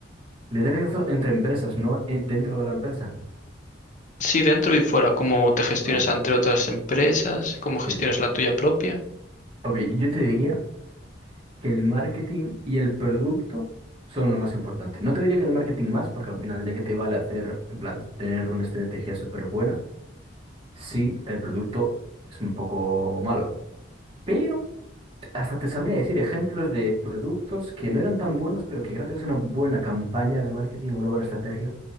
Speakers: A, on the right; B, on the left.
A: Liderazgo entre empresas, no Eh, dentro de la empresa.
B: Sí, dentro y fuera, cómo te gestiones
A: Vale,
B: entre otras empresas, cómo gestiones
A: sí.
B: la tuya propia.
A: Ok, yo te diría... que el marketing y el producto son lo más importante. No te diría que el marketing más, porque al final de qué te vale hacer, en plan, tener una estrategia súper buena, si el producto es un poco malo. Pero hasta te sabría decir ejemplos de productos que no eran tan buenos, pero que gracias a una buena campaña de marketing o una buena estrategia,